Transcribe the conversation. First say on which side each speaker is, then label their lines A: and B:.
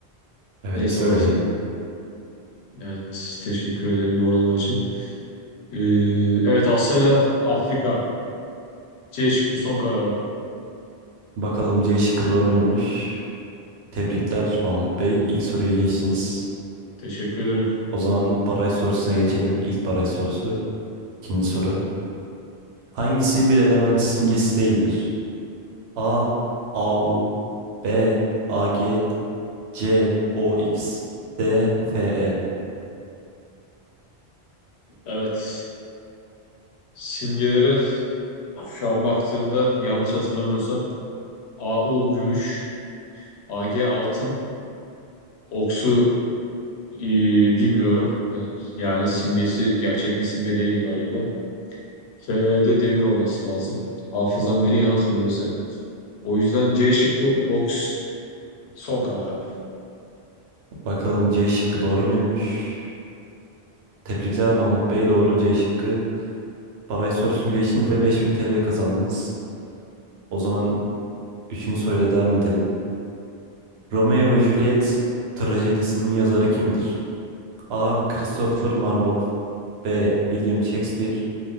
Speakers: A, on the right; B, on the left.
A: Evet
B: neyse orası
A: öyle.
B: evet teşekkür ederim doğrulama için. Ee, evet Asya ile Afrika C şıkkı son kararım.
A: Bakalım C şıkkı doğru muymuş? Tebrikler Mahmut Bey. İlk soruya geçtiniz.
B: Teşekkür ederim.
A: O zaman baraj sorusuna geçelim. İlk baraj sorusu. İkinci soru. Hangisi bir element simgesi değildir? A. AU B. AG C. OX D. FE
B: Evet simgeleri şu an baktığımda yanlış hatırlamıyorsam AU gümüş, AG altın, Oksu Ee, bilmiyorum. Yani, yani simgesi gerçek bir simge değil galiba. F'de demir olması lazım. Hafızam beni yanıltmıyor öyleyse. O yüzden C şıkkı Oks son kararım.
A: Bakalım C şıkkı doğru muymuş? Tebrikler Mahmut Bey. Doğru C şıkkı. Baraj sorusunu geçtiniz ve 5000 TL kazandınız. O zaman üçüncü soruyla devam edelim. Romeo ve Juliet trajedisinin yazarı kimdir? A. Christopher Marlowe B. William Shakespeare